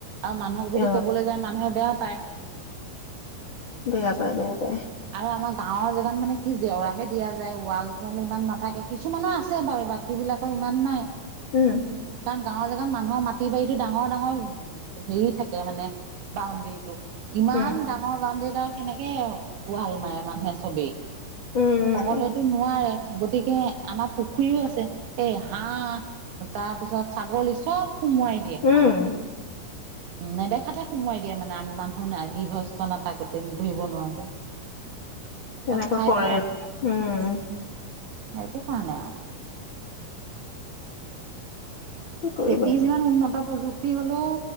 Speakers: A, on the right; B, on the left.
A: আৰু মানুহক
B: অ
A: যদি কবলৈ যায় মানুহে বেয়া পায়।
B: বেয়া পায় বেয়া পায়।
A: আৰু আমাৰ গাঁৱৰ জেগাত মানে কি জেওৰাহে দিয়া যায় ৱাল চোৱাল ইমান নাথাকে কিছুমানৰ আছে বাৰু এইবাৰ। বাকী বিলাকৰ ইমান নাই।
B: উম
A: কাৰণ গাঁৱৰ জেগাত মানুহৰ মাটি বাৰীতো ডাঙৰ ডাঙৰ- হেৰি থাকে মানে বাউণ্ডৰীটো। ইমান
B: উম
A: ডা- ঙৰ বাউনদাৰিডাল কেনেকে ৱাল মাৰে মানুহে চবেই।
B: উম
A: সকলোৱেতো নোৱাৰে। গতিকে আমাৰ পুখুৰীও আছে। এই হাঁহ তাৰপিছত ছাগলী চব- সোমোৱাই
B: উম
A: উম নেদেখাতে সোমোৱাই দিয়ে মানে আ মানুহ গৃহস্থ নাথাকোঁতে ধৰিব নোৱাৰোতে।
B: তেনেকুৱা
A: চব খাই
B: কৰে
A: পেলাই
B: উম
A: সেইটো কাৰণে আৰু।
B: কি কৰিবা
A: খেতিৰ যিমান উন্নত প্ৰযুক- তি হলেও